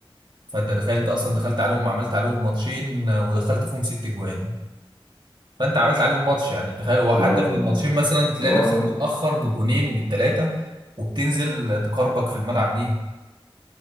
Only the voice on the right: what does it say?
فانت تخيل انت اصلا دخلت عليهم عملت عليهم ماتشين آه، ودخلت فيهم ست جوان فانت عملت عليهم ماتش يعني تخيل وحتى
في الماتشين مثلا تلاقي
نفسك
متأخر بالجونين وبالتلاتة وبتنزل تقربك في الملعب ليهم